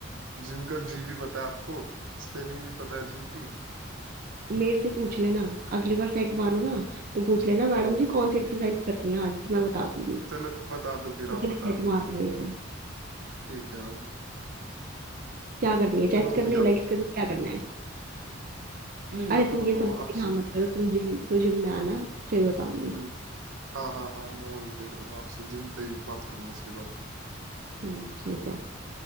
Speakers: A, on the right (about 70°); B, on the right (about 45°).
A: जिम का जी भी पता है आपको स्पेलिंग भी पता है जिम की
B: मेरे से पूछ लेना अगली बार सेट मारो ना तो पूछ लेना मैडम
A: हम्म
B: जी कौन सी एक्सरसाइज करनी है आज मैं बता दूंगी
A: चलो बता दो फिर
B: कितने
A: आप बता
B: सेट
A: दो
B: मारने हैं
A: ठीक है मैम
B: क्या करनी है
A: चलो
B: चेस्ट करनी
A: अभी
B: है
A: आप
B: लेग्स करनी है क्या करना है
A: नहीं
B: अरे
A: मैं तो
B: तुम ये सब
A: तो
B: बातें
A: आपसे
B: यहाँ मत करो तुम जिम तो जिम में आना फिर बताऊंगी
A: हम्म हाँ हाँ हाँ मैं वहीं पे करूंगा आपसे जिम पे ही बात करूंगा इसके बारे में
B: हम्म, ठीक है